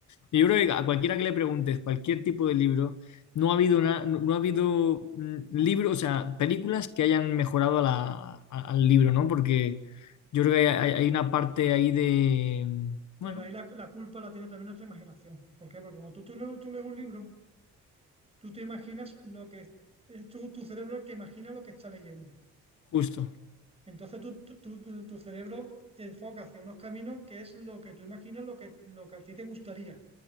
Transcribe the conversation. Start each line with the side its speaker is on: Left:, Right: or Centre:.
Left: Y yo creo que a cualquiera que le preguntes cualquier tipo de libro, no ha habido, una- no, no ha habido mm, libro, o sea, películas que hayan mejorado a la- a- al libro, ¿no? Porque yo creo que hay, hay una parte ahí de... mm,
Right: Pero
Left: Bueno,
Right: ahí la, la culpa la tiene también nuestra imaginación. ¿Por qué? Porque cuando tú, tú lees, tú lees un libro, tú te imaginas lo que... Es tu, tu cerebro el que imagina lo que está leyendo.
Left: justo,
Right: Entonces tú- tú- tú- tu tu cerebro te enfoca hacia unos caminos que es lo que tú imaginas, lo que, lo que a ti te gustaría.